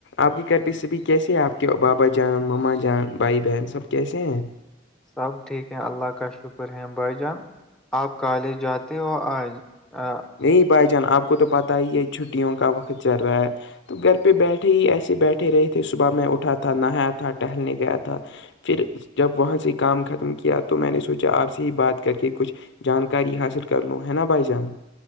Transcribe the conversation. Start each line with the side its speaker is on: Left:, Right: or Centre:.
Left: آپ کی گھر پ سے بھی کیس ہے آپ کے بابا جان ما جان بھائی بہن سب کیسے ہیں?
Centre: سب ٹھیک ہے اللہ کا شکر ہے بھائی جان آپ کالج جاتے ہو آج- <inaudible>
Left: نہیں بھائی جان آپ کو تو پتہ ہی یہ چھٹیوں کا وقت چل رہا ہے- تو گھر پہ بیٹھے ہی ایسے بیٹھے رہے تھے صبح میں اٹھا تھا نہایا تھا ٹہلنے گیا تھا- پھر جب وہاں سے کام ختم کیا تو میں نے سوچا آپ سے ہی بات کر کے کچھ- جانکاری حاصل کر لوں ہے نا بھائی جان-